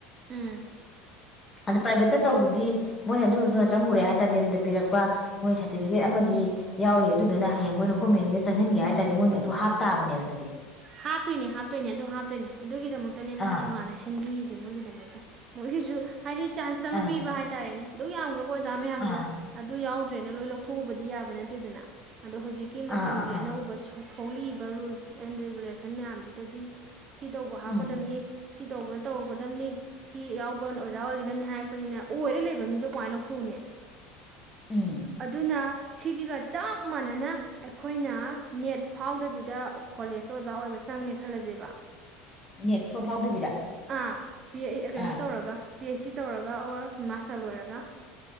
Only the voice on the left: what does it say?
ꯑꯗ ꯄ꯭ꯔꯥꯏꯚꯦꯠꯇ ꯇꯧꯕꯗꯤ ꯃꯣꯏꯅ ꯑꯗꯨꯗꯨꯅ ꯆꯪꯉꯨꯔꯦ ꯍꯥꯏ ꯇꯔꯗꯤ ꯑꯗꯨꯗ ꯄꯤꯔꯛꯄ ꯃꯣꯏ ꯁꯥꯔꯇꯤꯐꯤꯀꯦꯠ ꯑꯃꯗꯤ ꯌꯥꯎꯔꯤ ꯑꯗꯨꯗꯨꯅ ꯍꯌꯦꯡ ꯃꯣꯏꯅ ꯒꯣꯔꯃꯦꯟꯒꯤꯗ ꯆꯪꯁꯤꯟꯒꯦ ꯍꯥꯏ ꯇꯥꯔꯗꯤ ꯃꯣꯏꯅ ꯑꯗꯨ ꯍꯥꯞꯇꯥꯥꯕꯅꯦꯕ ꯑꯗꯨꯗꯤ
ꯑꯥ
ꯑꯥ
ꯑꯥ
ꯑꯥ ꯑꯥ ꯑꯥ
ꯎꯝ
ꯎꯝ
ꯅꯦꯠ ꯁꯨꯡꯐꯥꯎ ꯐꯥꯎꯗꯕꯤꯗ
ꯑꯥ